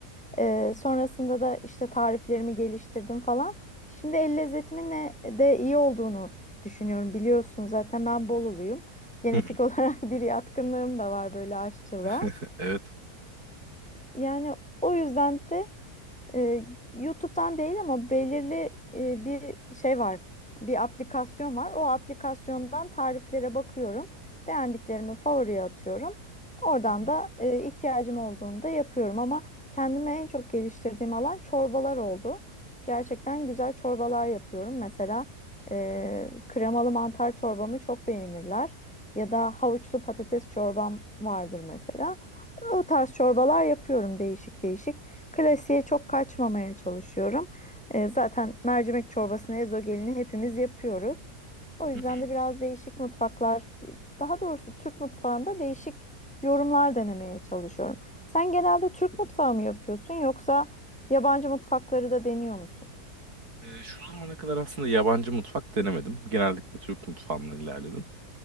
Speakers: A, in the centre; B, on the right.
A: Eee, sonrasında da işte tariflerimi geliştirdim falan. Şimdi el lezzetimin ne- de iyi olduğunu düşünüyorum. Biliyorsun zaten ben Bolulu'yum. Genetik
B: Hı hı.
A: olarak <laughs> bir yatkınlığım da var böyle aşçılığa.
B: <laughs> Evet.
A: Yani o yüzden de e, YouTube'dan değil ama belirli e, bir şey var. Bir aplikasyon var. O aplikasyondan tariflere bakıyorum. Beğendiklerimi favoriye atıyorum. Oradan
B: Hı hı.
A: da e, ihtiyacım olduğunda yapıyorum ama kendime en çok geliştirdiğim alan çorbalar oldu. Gerçekten güzel çorbalar yapıyorum. Mesela e, kremalı mantar çorbamı çok beğenirler. Ya da havuçlu patates çorbam vardır mesela. O tarz çorbalar yapıyorum değişik değişik. Klasiğe çok kaçmamaya çalışıyorum. E, zaten mercimek çorbasını, ezogelini hepimiz yapıyoruz. O yüzden
B: Hı hı.
A: de biraz değişik mutfaklar, daha doğrusu Türk mutfağında değişik yorumlar denemeye çalışıyorum. Sen genelde Türk mutfağı mı yapıyorsun yoksa yabancı mutfakları da deniyor musun?
B: Ee, şu zamana kadar aslında yabancı mutfak denemedim. Genellikle Türk mutfağından ilerledim.